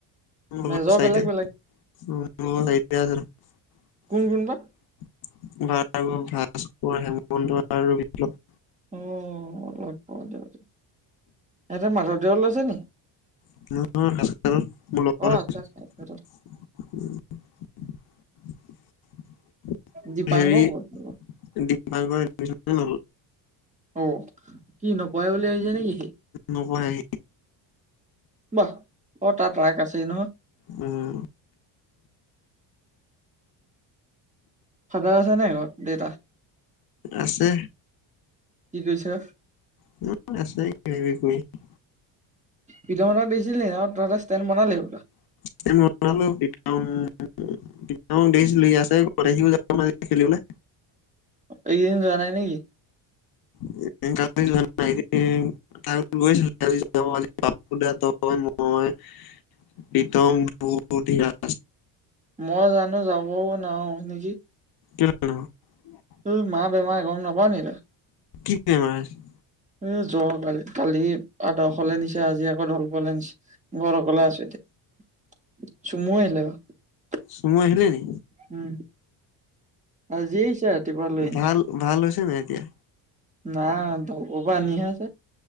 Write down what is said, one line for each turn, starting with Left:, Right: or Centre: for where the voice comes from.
Left: মোৰ
Right: মেজৰ
Left: লগত
Right: বেলেগ বেলেগ
Left: <unintelligible> মোৰ লগৰ <unintelligible>
Right: কোন কোন বা
Left: <unintelligible> ভাস্কৰ, হেমন্ত আৰু বিপ্লৱ।
Right: অ', লগ পাওঁ দিয়ক, ইহঁতে মাধৱদেৱত লৈছে নি?
Left: <unintelligible> <unintelligible>
Right: অ আচ্ছা আচ্ছা দীপাংকৰ
Left: হেৰি
Right: ক'ত
Left: <unintelligible>
Right: অ', কি নকৰে বুলি ভাবিছে নেকি সি?
Left: নপঢ়াই
Right: <unintelligible> অ', তাৰ ট্ৰাক আছেই নহ
Left: উম।
Right: ফাদাৰ আছে নাই ঘৰত দেউতা?
Left: আছে।
Right: কি কৈছা?
Left: <unintelligible>
Right: <unintelligible> দিছিলিনি আৰু তই এটা ষ্টেণ্ড বনালি হবলা।
Left: <unintelligible> <unintelligible> দেখিছিলো <unintelligible> খেলিবলৈ
Right: এইকেইদিন যোৱা নাই নেকি?
Left: <unintelligible> <unintelligible> প্ৰীতম <unintelligible>
Right: মই জানো যাবও নোৱাৰো নেকি।
Left: <unintelligible>
Right: উম, মাৰ বেমাৰ গম নেপাৱ নেকি তই?
Left: কি <unintelligible>
Right: এ জৰ কালি। কালি আদৰ্শলে নিছে আজি আকৌ ঢলপুৰলে নিছে। ঘৰত অকলে আছো এতিয়া। চুমু আহিলে বা উম,
Left: চুমু আহিলে নি
Right: আজি দিছে ৰাতিপুৱা লৈ আনিছো।
Left: ভাল ভাল হৈছে নাই এতিয়া?
Right: নাই, ধলপুৰৰ পৰা আনিহে আছে।